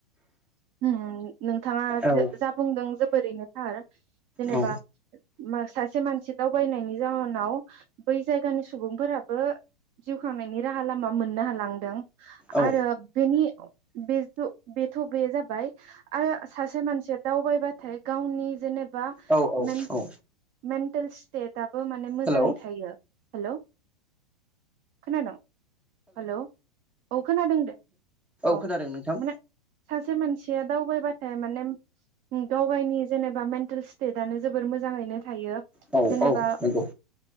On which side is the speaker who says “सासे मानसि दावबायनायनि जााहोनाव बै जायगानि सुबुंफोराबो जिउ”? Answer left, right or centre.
Right